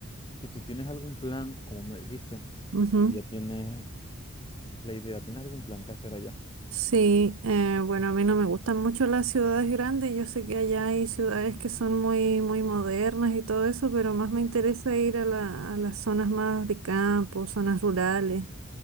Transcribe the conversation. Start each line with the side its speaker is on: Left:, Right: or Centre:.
Left: ¿Y tú tienes algún plan, como me dijiste,
Right: ujú.
Left: que ya tienes la idea. ¿Tienes algún plan que hacer allá?
Right: Sí, eh, bueno, a mí no me gustan mucho las ciudades grandes. Yo sé que allá hay ciudades que son muy, muy modernas y todo eso, pero más me interesa
Left: Sí.
Right: ir a la- a las zonas más de campo, zonas rurales.